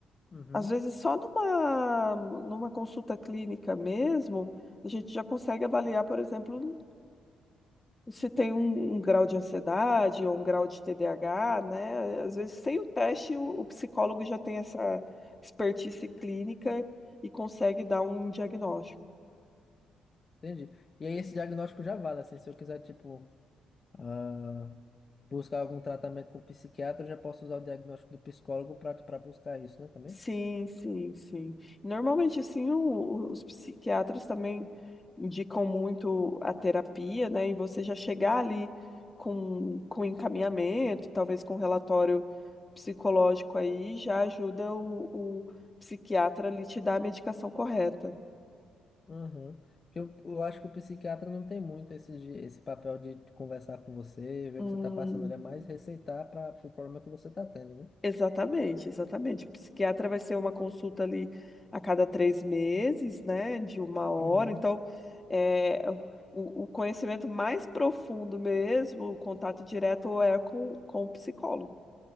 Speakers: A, on the left; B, on the left.
A: Uhum.
B: às vezes só numa, numa consulta clínica mesmo, a gente já consegue avaliar, por exemplo, se tem um, um grau de ansiedade ou um grau de TDAH, né? Às vezes, sem o teste, o, o psicólogo já tem essa expertise clínica e consegue dar um diagnóstico.
A: Entendi. E aí esse diagnóstico já vale, assim, se eu quiser, tipo, ah, buscar algum tratamento com psiquiatra, eu já posso usar o diagnóstico do psicólogo para para buscar isso, né, também?
B: Sim, sim, sim. Normalmente, assim, o- o- os psiquiatras também indicam muito a terapia, né? E você já chegar ali com, com encaminhamento, talvez com relatório psicológico aí, já ajuda o, o psiquiatra ali te dar a medicação correta.
A: Aham. Porque Eu, eu acho que o psiquiatra não tem muito esse, de- esse papel de conversar com você, ver
B: Hum,
A: o que você está passando, ele é mais receitar para o problema que você está tendo, né?
B: Exatamente, exatamente. O psiquiatra vai ser uma consulta ali a cada três meses, né, de uma hora.
A: Uhum,
B: Então, é, o, o conhecimento mais profundo mesmo, o contato direto é com, com o psicólogo.